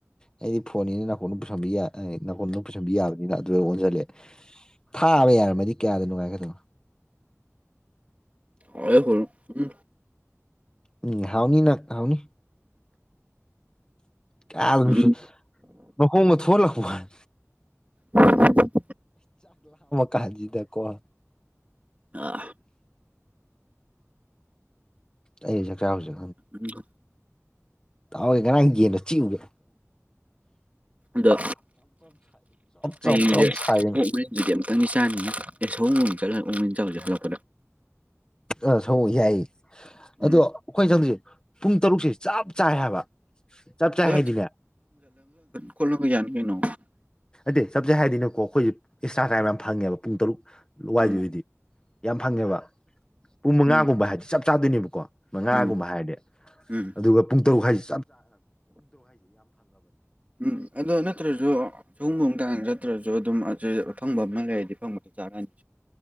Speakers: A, on the left; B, on the right.
A: ꯑꯩꯗꯤ ꯐꯣꯟꯅꯤꯅ ꯅꯥꯀꯣꯟꯗ ꯄꯨꯁꯟ ꯅꯥꯀꯣꯟꯗ ꯑꯃꯝ ꯄꯨꯁꯟꯕꯤ ꯌꯥꯕꯅꯤꯅ ꯑꯗꯨ ꯑꯣꯟꯁꯤꯜꯂꯦ ꯊꯥ ꯑꯃ ꯌꯥꯔꯝꯃꯗꯤ ꯀꯌꯥꯗ ꯅꯨꯡꯉꯥꯏꯒꯗꯅꯣ
B: ꯑꯣ ꯍꯜ ꯎꯝ
A: ꯎꯝ ꯍꯥꯎꯅꯤ ꯅ ꯍꯥꯎꯅꯤ ꯀꯗꯁ
B: ꯎꯝ
A: ꯂꯀꯣ ꯊ ꯂꯀ ꯍꯥꯏ
B: ꯎ
A: ꯀꯥꯖꯤꯗ ꯀꯣꯣ
B: ꯑꯥ
A: ꯑꯩꯁꯦ ꯀꯧꯁꯨꯦ
B: ꯎꯝ
A: ꯇꯒꯦ ꯀꯔꯥꯡ ꯌꯦꯟꯗꯣ ꯆꯤꯎꯒꯦ
B: ꯑꯗꯣ ꯍꯌꯦꯡꯁꯦ
A: ꯆꯞ ꯆꯞ ꯁꯥꯏ
B: ꯑꯣꯣꯛ ꯃꯔꯤꯁꯤꯗꯤ ꯑꯃꯨꯛꯇꯪꯗꯤ ꯆꯥꯅꯤꯡꯉꯤ ꯑꯦꯁ ꯆꯠꯂꯟ ꯆꯜꯂꯁꯦ ꯍꯜꯂꯛꯄꯗ
A: ꯑ ꯁ ꯌꯥꯏꯌꯦ ꯑꯗꯣ
B: ꯎꯝ
A: ꯑꯩꯈꯣꯏꯅ ꯆꯪꯗꯣꯏꯁꯦ ꯄꯨꯡ ꯇꯔꯨꯛꯁꯦ ꯆꯞ ꯆꯥꯏ ꯍꯥꯏꯕ ꯆꯞ ꯆꯥꯏ
B: ꯑ
A: ꯍꯥꯏꯗꯤꯅꯦ
B: ꯀꯣꯂꯅ ꯀꯖꯅꯤꯅꯣ
A: ꯦ ꯆꯞ ꯆꯦ ꯍꯥꯏꯗꯤꯅꯀꯣ ꯑꯩꯈꯣꯏꯁꯦ ꯑꯦꯛꯁꯇ꯭ꯔꯥ ꯀꯥꯏꯝ ꯌꯥꯝ ꯐꯪꯉꯦꯕ ꯄꯨꯡ ꯇꯔꯨꯛ ꯂꯋꯥꯏꯗꯨ
B: ꯎꯝ
A: ꯑꯣꯏꯗꯤ ꯌꯥꯝ ꯐꯪꯉꯦꯕ ꯄꯨꯡ ꯃꯉꯥꯒꯨꯝꯕ
B: ꯎꯝ
A: ꯍꯥꯏꯗꯤ ꯆꯞ ꯆꯥꯗꯣꯏꯅꯦꯕꯀꯣ ꯃꯉꯥꯒꯨꯝꯕ
B: ꯎꯝ
A: ꯍꯥꯏꯔꯗꯤ
B: ꯎꯝ
A: ꯑꯗꯨꯒ ꯄꯨꯡ ꯇꯔꯨꯛ ꯍꯥꯏꯁꯤ
B: ꯎꯝ ꯑꯗꯣ ꯅꯠꯇ꯭ꯔꯁꯨ ꯁꯨꯝꯕꯣꯡ ꯇꯥ ꯆꯠꯇ꯭ꯔꯁꯨ ꯑꯗꯨꯝ ꯑꯐꯪꯕ ꯑꯃ ꯂꯩꯔꯗꯤ ꯐꯪꯕꯗꯤ ꯆꯥꯔꯅꯤ